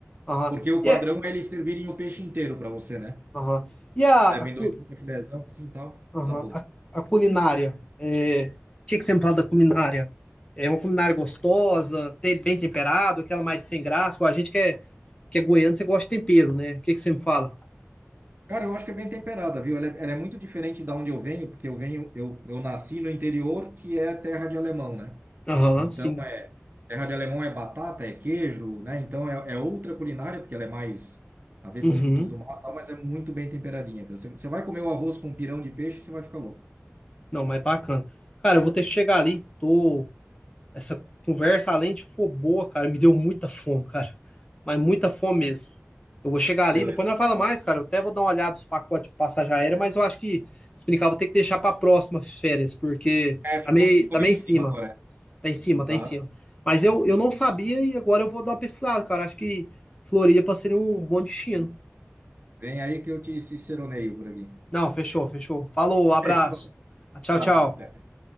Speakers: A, on the left; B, on the right.
A: Aham.
B: Porque o
A: E
B: padrão
A: é-
B: é eles servirem o peixe inteiro para você, né?
A: Aham. E a,
B: Servem
A: a cu-
B: dois filézão assim e tal,
A: Aham.
B: dá boa.
A: A, a culinária. é, o que que você me fala da culinária? É uma culinária gostosa, te- bem temperado, aquela mais sem graça. Pô, A gente que é, que é goiano, você gosta de tempero, né? O que que você me fala?
B: Cara, eu acho que é bem temperada, viu? Ela é, ela é muito diferente da onde eu venho, porque eu venho, eu, eu nasci no interior, que é terra de alemão, né?
A: Aham,
B: Então,
A: sim.
B: Terra de alemão é batata, é queijo, né? Então é, é outra culinária, porque ela é mais a ver
A: Uhum.
B: com frutos do mar, e tal, mas é muito bem temperadinha, cara. Você, você vai comer o arroz com pirão de peixe, você vai ficar louco.
A: Não, mas bacana. Cara, eu vou ter que chegar ali. Tô, Essa conversa, além de for boa, cara, me deu muita fome, cara. Mas muita fome mesmo. Eu vou chegar ali,
B: Beleza.
A: depois não fala mais, cara. Eu até vou dar uma olhada nos pacotes de passagem aérea, mas eu acho que se brincar, vou ter que deixar pra próxima férias, porque
B: É, ficou,
A: tá meio,
B: ficou
A: tá
B: meio
A: meio
B: em
A: em cima.
B: cima agora.
A: Tá em cima, tá
B: Aham.
A: em cima. Mas eu, eu não sabia e agora eu vou dar uma pesquisada, cara. Acho que Floripa seria um bom destino.
B: Vem aí que eu te ciceroneio por aqui.
A: Não, fechou, fechou. Falou, abraço.
B: Fechou.
A: Tchau,
B: Abraço,
A: tchau.
B: cara. Até.